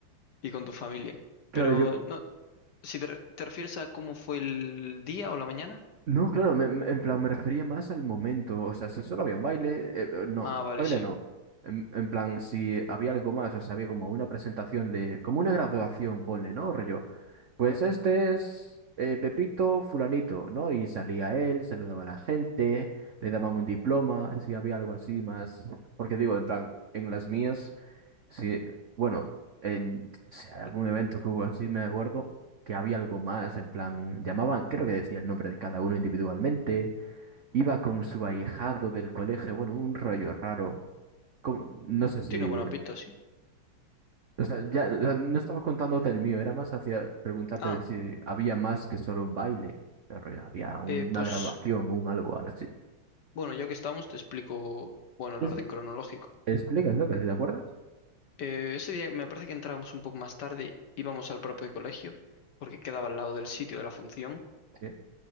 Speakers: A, on the left; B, on the right.
A: y con tu familia.
B: claro,
A: Pero
B: yo...
A: no, si te, re- te refieres a cómo fue el día o la mañana,
B: No, claro, me- me- en plan me refería más al momento. O sea, si solo había un baile, eh, eh, no,
A: ah, vale,
B: baile
A: sí,
B: no. En, en plan, si había algo más, o sea, había como una presentación de... Como una graduación, ponle, ¿no? Rollo. Pues este es eh, Pepito Fulanito, ¿no? Y salía él, saludaba a la gente, le daban un diploma, si había algo así más. Porque digo, en plan, en las mías, si, bueno, en si hay algún evento que hubo así, me acuerdo que había algo más, en plan, llamaban, creo que decía el nombre de cada uno individualmente, iba con su ahijado del colegio, bueno, un rollo raro. como- no sé si
A: tiene buena pinta, sí.
B: o sea, ya, ya no estaba contándote el mío, era más hacia preguntarte
A: Ah,
B: de si había más que solo un baile, pero ya había un-
A: eh,
B: una
A: pues
B: graduación, un algo algo así.
A: bueno, ya que estamos, te explico, bueno, el
B: Pues,
A: orden cronológico.
B: Explica, lo ¿te acuerdas?
A: Eh, ese día me parece que entrábamos un poco más tarde, íbamos al propio colegio, porque quedaba al lado del sitio de la función.
B: Sí.